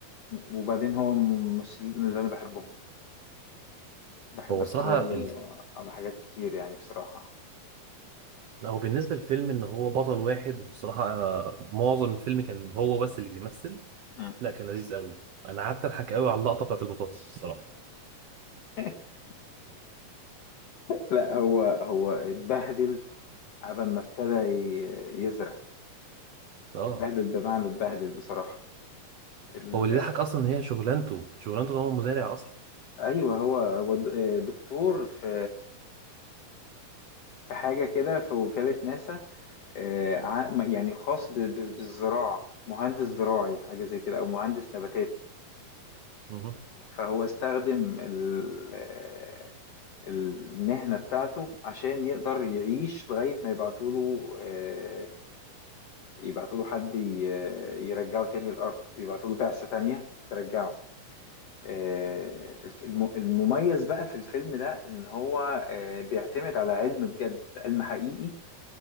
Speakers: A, on the left; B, on the right.
A: وبعدين هو من الممثلين اللي أنا بحبهم بحب
B: هو
A: أتفرج
B: صراحة
A: له
B: الف...
A: على حاجات كتير يعني بصراحة
B: لا هو بالنسبة للفيلم ان هو بطل واحد والصراحة آه، معظم الفيلم كان هو بس اللي بيمثل
A: مم.
B: لا كان لذيذ قوي انا قعدت اضحك قوي على اللقطة بتاعت البطاطس الصراحة
A: <laughs> لا هو هو اتبهدل عبال ما ابتدى ي- يزرع
B: اه
A: اتبهدل بمعنى اتبهدل بصراحة ال-
B: هو اللي ضحك اصلا ان هي شغلانته شغلانته ان هو مزارع اصلا
A: ايوه هو هو د- آه، دكتور في في حاجه كده في وكاله ناسا آه، ع- ما- يعني خاص ب- ب- بالزراعه مهندس زراعي حاجه زي كده او مهندس نباتات
B: مهم.
A: فهو استخدم ال- آه، المهنه بتاعته عشان يقدر يعيش لغايه ما يبعتوا له آه، يبعتوا له حد ي- يرجعه تاني الارض يبعتوا له بعثه تانيه ترجعه آه، الف- الم- المميز بقى في الفيلم ده ان هو آه، بيعتمد على علم بجد علم حقيقي